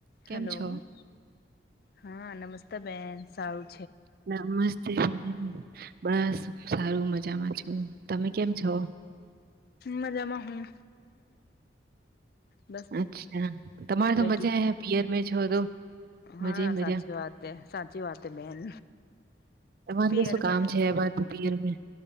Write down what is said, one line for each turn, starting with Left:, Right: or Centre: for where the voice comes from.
Right: કેમ
Left: હલો
Right: છો.
Left: હા નમસ્તે બેન સારૂ.
Right: નમસ્તે <unintelligible> બસ સારું મજામાં છું તમે કેમ છો?
Left: મજામાં હું. બસ
Right: અચ્છા તમારે તો
Left: બેઠી
Right: મજા હે પિયર મે છો તો
Left: હા
Right: મજે હી મજા
Left: સાચી વાત હે સાચી વાત હે બેન
Right: તમારે
Left: પાર
Right: શું
Left: બે
Right: કામ
Left: તો
Right: છે અબાર તો પિયર મે